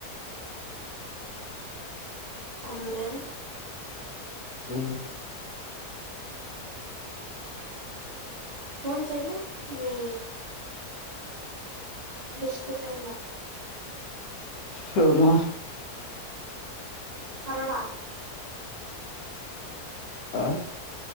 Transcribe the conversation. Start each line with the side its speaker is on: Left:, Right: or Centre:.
Right: ఉందె
Left: ఉ
Right: ఫాన్‌ చెయినా మీ బెస్ట్ ఫ్రెండ్ా
Left: యి వ్రువునా
Right: కరడా
Left: ఆ